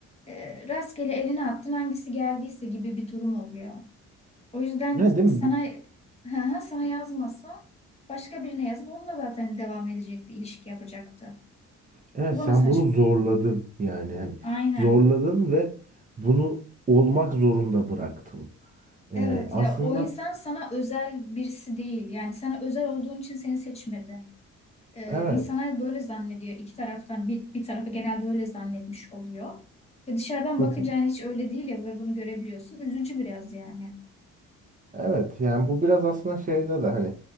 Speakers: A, on the left; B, on the right.
A: e, rastgele eline attın hangisi geldiyse gibi bir durum oluyor. O yüzden
B: Yani değil
A: sana
B: mi? Bir-
A: <laughs> sana yazmasa başka birine yazıp onunla zaten devam edecekti, ilişki yapacaktı.
B: Evet
A: Bu bana
B: sen
A: saçma
B: bunu zorladın
A: geliyor.
B: yani hani
A: Aynen.
B: zorladın ve bunu olmak zorunda bıraktın. Ee,
A: Evet
B: aslında
A: ya o insan sana özel birisi değil. Yani sana özel olduğun için seni seçmedi. Ee,
B: evet.
A: insanlar böyle zannediyor. iki taraftan bir, bir tarafı genelde öyle zannetmiş oluyor. Ve dışarıdan
B: Hı
A: bakınca
B: hı.
A: yani hiç öyle değil ya ve bunu görebiliyorsun. Üzücü biraz yani.
B: Evet yani bu biraz aslında şeyde de hani